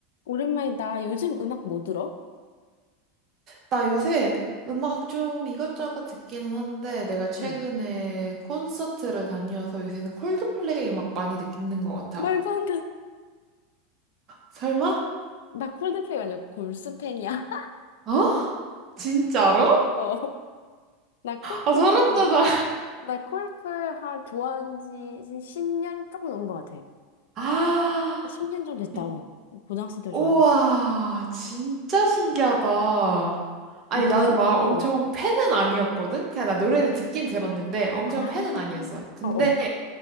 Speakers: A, on the left; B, on the right.
A: 오랜만이다. 요즘 음악 뭐 들어?
B: 나 요새 음악 좀 이것저것 듣기는 한데 내가 최근에
A: 응.
B: 콘서트를 다녀서 요새는 콜드플레이 음악 많이 듣는 것 같아.
A: 말도 안 돼.
B: 설마?
A: 나 콜드플레이가 아니라 골수 팬이야.
B: 어? 진짜로?
A: <laughs> 어. 나 콜플,
B: 아 소름 돋아.
A: 나 콜플 한 좋아한 지 10년 조금 넘은 것 같아.
B: 아,
A: 10년 정도 됐다.
B: 이-
A: 어. 고등학생 때
B: 우와,
A: 좋아해가지고.
B: 진짜 신기하다. 아니
A: 너는?
B: 나는 막
A: 어어.
B: 엄청 팬은 아니었거든. 그냥 나 노래를 듣긴 들었는데 엄청
A: 아.
B: 팬은 아니었어. 근데
A: 어어.